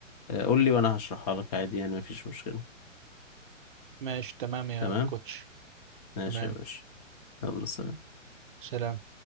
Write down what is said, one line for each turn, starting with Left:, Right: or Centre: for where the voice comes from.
Left: آه، قول لي وانا هشرحها لك عادي يعني مفيش مشكلة
Right: ماشي تمام يا
Left: تمام
Right: كوتش
Left: ماشي
Right: تمام
Left: يا باشا يلا سلام
Right: سلام